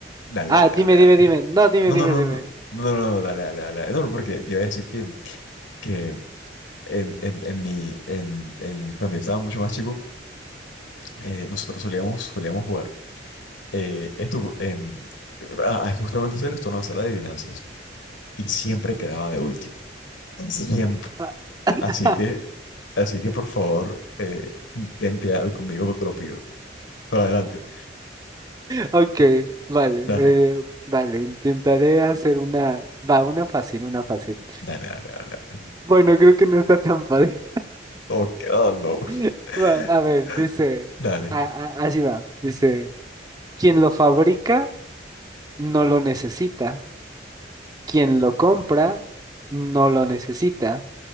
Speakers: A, on the left; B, on the right.
A: Dale,
B: Ah,
A: dale,
B: dime,
A: dale, dale.
B: dime, dime. No, dime,
A: No,
B: dime,
A: no, no,
B: dime.
A: no. No, no, no, dale, dale, dale. No, porque te iba a decir que, que en, en, en mi, en, en, cuando yo estaba mucho más chico, eh, nosotros solíamos, solíamos jugar. Eh, esto, en, ah, justamente hacer esto, no hacer adivinanzas. Y siempre quedaba de último. Siempre.
B: Ah. <laughs>
A: Así que, así que por favor, eh, ten piedad conmigo, te lo pido. Por adelante.
B: Ok, vale,
A: Dale,
B: eh, vale, intentaré hacer una, va, una fácil, una fácil.
A: dale, dale, dale.
B: Bueno, creo que no está tan fácil.
A: Ok, ah, no.
B: <laughs>
A: <laughs>
B: Va, a ver, dice,
A: Dale.
B: a- a- así va, dice, quien lo fabrica no lo necesita, quien lo compra no lo necesita,